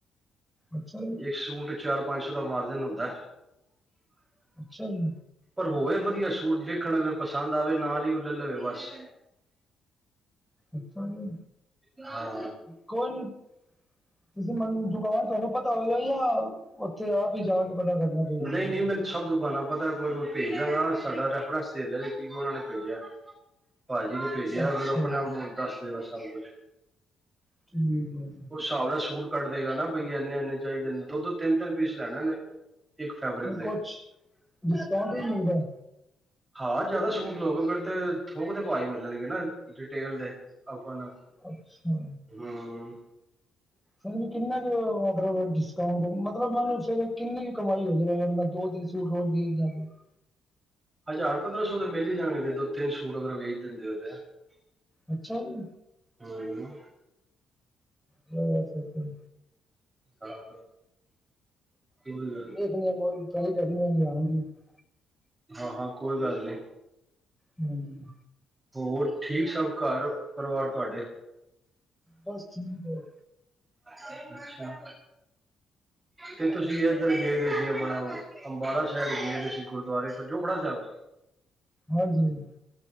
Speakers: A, in the centre; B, on the right (about 20°).
A: ਅੱਛਾ ਜੀ
B: ਇੱਕ ਸੂਟ ਚ ਚਾਰ ਪੰਜ ਸੌ ਦਾ ਮਾਰਜਨ ਹੁੰਦਾ।
A: ਅੱਛਾ ਜੀ।
B: ਪਰ ਹੋਵੇ ਵਧੀਆ ਸੂਟ ਦੇਖਣ ਆਲੇ ਨੂੰ ਪਸੰਦ ਆਵੇ ਨਾਲ ਹੀ ਓ ਲੈ ਲਵੇ ਬਸ।
A: ਅੱਛਾ ਜੀ।
B: ਹਾਂ
A: ਕੋਈ ਨੀ ਤੁਸੀਂ ਮੂੰ ਦੁਕਾਨ ਤੁਹਾਨੂੰ ਪਤਾ ਹੋਏਗਾ ਜਾਂ ਉੱਥੇ ਆਪ ਈ ਜਾ ਕੇ ਪਤਾ ਕਰਨਾ ਪਏਗਾ ਮੈਨੂੰ।
B: ਨਹੀਂ ਨਹੀਂ ਸਭ ਦੁਕਾਨਾਂ ਪਤਾ ਕੋਈ ਨੀ ਭੇਜ ਦਾਂਗਾ ਸਾਡਾ ਰੈਫਰੰਸ ਦੇ ਦਿਆ ਜੇ ਕੀ ਉਹਨਾਂ ਨੇ ਭੇਜਿਆ। ਭਾਜੀ ਨੇ ਭੇਜਿਆ
A: ਅੱਛਾ
B: ਫਿਰ ਆਪਣੇ ਆਪ ਦੱਸ ਦੇਗਾ ਸਭ ਕੁਛ।
A: ਠੀਕ ਐ।
B: ਉਹ ਸਾਬ ਨਾਲ ਸੂਟ ਕੱਢ ਦੇਗਾ ਨਾ ਬਈ ਇੰਨੇ ਇੰਨੇ ਚਾਹੀਦੇ ਨੇ ਦੋ ਦੋ ਤਿੰਨ ਤਿੰਨ ਪੀਸ ਲੈਣੇ ਨੇ। ਇੱਕ ਫੈਬਰਿਕ
A: ਤੇ ਕੁਛ
B: ਦੇ
A: ਡਿਸਕਾਊਂਟ ਵੀ ਮਿਲਦਾ।
B: ਹਾਂ ਜ਼ਿਆਦਾ ਸੂਟ ਲੋਗੇ ਫਿਰ ਤੇ ਥੋਕ ਦੇ ਪਾ ਈ ਮਿਲਣਗੇ ਨਾ ਰਿਟੇਲ ਦੇ ਆਪਾਂ ਨੂੰ।
A: ਅੱਛਾ।
B: ਹੂੰ,
A: ਫਿਰ ਵੀ ਕਿੰਨਾ ਕੁ ਮਤਲਬ ਡਿਸਕਾਊਂਟ ਮਤਲਬ ਮੈਨੂੰ ਫਿਰ ਕਿੰਨੀ ਕ ਕਮਾਈ ਹੋ <unintelligible> ਮੈਂ ਦੋ ਤਿੰਨ ਸੂਟ <unintelligible>
B: ਹਜ਼ਾਰ ਪੰਦਰਾਂ ਸੌ ਦੇ ਮਿਲ ਈ ਜਾਣਗੇ ਦੋ ਤਿੰਨ ਸੂਟ ਅਗਰ ਵੇਚ ਦਿੰਦੇ ਓ ਤੇ।
A: ਅੱਛਾ ਜੀ।
B: ਹੂੰ।
A: ਕਿਆ ਵੈਸੇ ਤੇ।
B: ਹਾਂ। ਕੋਈ ਗੱਲ ਨੀ
A: ਦੇਖਣੀ ਆ ਕੋਈ <unintelligible>
B: ਹਾਂ ਹਾਂ, ਕੋਈ ਗੱਲ ਨੀ।
A: ਹਾਂਜੀ।
B: ਹੋਰ ਠੀਕ ਸਭ ਘਰ ਪਰਵਾਰ ਤੁਹਾਡੇ।
A: ਬਸ ਠੀਕ ਹੈ
B: ਅੱਛਾ ਤੇ ਤੁਸੀਂ ਏਧਰ ਗਏਦੇ ਦੇ ਬਣਾਲੋ- ਅੰਬਾਲਾ ਸੈਡ ਗਏ ਦੀ ਸੀ ਗੁਰਦੁਆਰੇ ਸੱਜੋ ਖੜਾ ਸਾਹਿਬ-
A: ਹਾਂਜੀ।